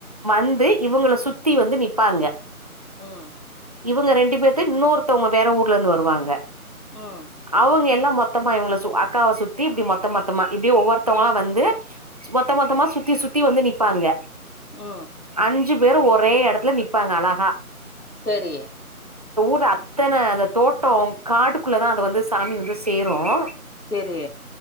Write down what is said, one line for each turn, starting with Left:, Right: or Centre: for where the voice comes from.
Right: வந்து இவங்கள சுத்தி வந்து நிப்பாங்க.
Left: ம்
Right: இவங்க ரெண்டு பேத்து இன்னொருத்தவங்க வேற ஊர்ல இருந்து வருவாங்க
Left: ம்
Right: அவங்க எல்லா மொத்தமா இவங்கள சு அக்காவ சுத்தி இப்டி மொத்த மொத்தமா இப்டி ஒவ்வொருத்தவங்களா வந்து மொத்த மொத்தமா சுத்தி சுத் சுத்தி வந்து நிப்பாங்க
Left: ஆ
Right: அஞ்சி பேரு ஒரே எடத்துல நிப்பாங்க அழகா
Left: சரி
Right: ரு அத்தன அந்த தோட்டம் காட்டுக்குள்ள தா அத வந்து சாமி வந்து சேரும்
Left: செரி